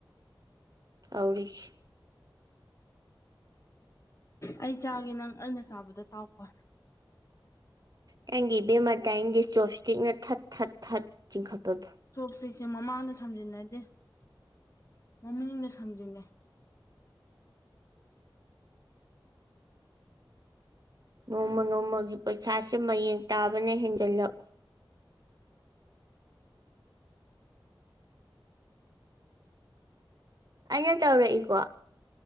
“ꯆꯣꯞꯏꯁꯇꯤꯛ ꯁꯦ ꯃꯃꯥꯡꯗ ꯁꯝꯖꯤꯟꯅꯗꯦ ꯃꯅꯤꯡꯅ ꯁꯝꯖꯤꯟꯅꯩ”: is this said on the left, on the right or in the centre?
Left